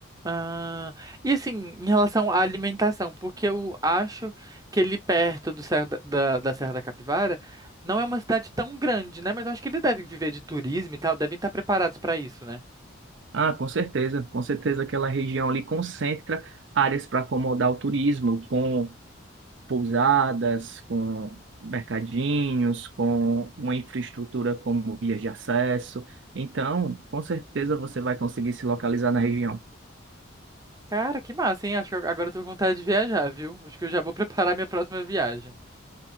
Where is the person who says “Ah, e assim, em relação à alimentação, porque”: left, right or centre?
Right